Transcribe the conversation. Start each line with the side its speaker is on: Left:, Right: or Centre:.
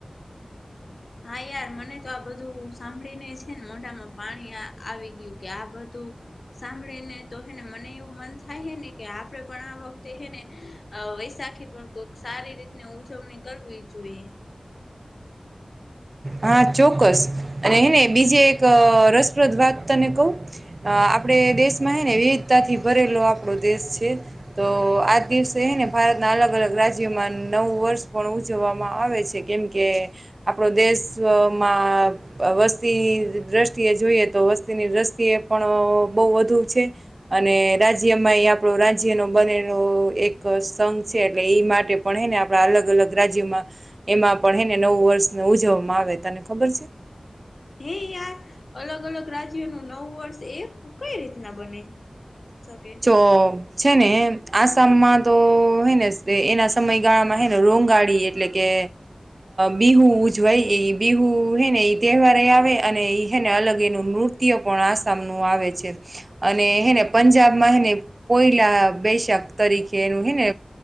Left: હા યાર મને તો આ બધું સાંભળી ને છે ને મોઢામાં પાણી આવી ગયું કે આ બધું. સાંભળને તો મને એવું મન થાય હેને કે આપે પણ આ વખતે હેને વૈશાખી પણ કોઈક સારી રીતની ઉજવણી કરવી જોઈએ.
Right: હા ચોક્કસ અને હેને બીજે એક રસપ્રદ વાત તને કહુ આપણે દેશમાં હ ને વિવિધતાથી ભરેલો આપણો દેશ છે તો આજ દિવસે હ ને ભારત ભારત ના અલગ અલગ રાજ્યોમાં નવું વર્ષ પણ ઉજવવામાં આવે છે કેમ કે આપણો દેશ માં વસ્તી દૃષ્ટિએ જોઈએ તો વસ્તીની દ્રષ્ટિએ પણ બહુ વધુ છે, અને રાજ્યમાં એ આપણો રાજ્યનો બનેલો એક સંઘ છે. એટલે એ માટે પણ હે ને આપણા અલગ અલગ રાજ્યોમાં એમાં પણ હે ને નવું વર્ષ ન ઉજવવામાં. આવે તને ખબર છે.
Left: હે યાર અલગ અલગ રાજ્યો ન નવું વર્ષ એ કઈ રીતના બને. શકે
Right: ચો <unintelligible> છે ને આસામમાં તો હે ને એના સમયગાળામાં હે ને રોંગાળી એટલે કે બિહુ ઉજવાય એ બિહુ હેને એ તહેવાર આવે અને એેને અલગ નૃત્ય પણ આસામ નુ આવે છે અને હેને પંજાબ ને પોયલા બેૈશાખ તરીકે એનું હેને